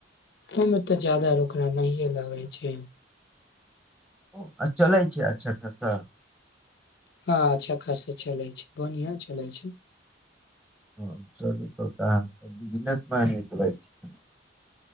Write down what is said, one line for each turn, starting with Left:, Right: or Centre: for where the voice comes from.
Left: ओमे तऽ जादा रोकड़ा नहिए लागै छै।
Centre: <unintelligible> आ चलै छै अच्छा खासा।
Left: हँ अच्छा खासा चलै छै बढ़िआ चलै छै।
Centre: ह <unintelligible> चलू तऽ अहाँ बिजनेस मैन निकलै छि। <unintelligible>